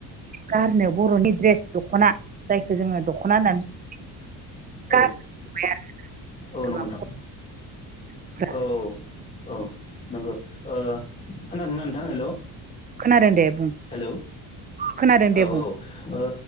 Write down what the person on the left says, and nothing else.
औ
औ
नंगौ नोंथां
औ औ औ नंगौ ओ खोनादोंना नोंथां हेल'
हेल'
औ
औ ओ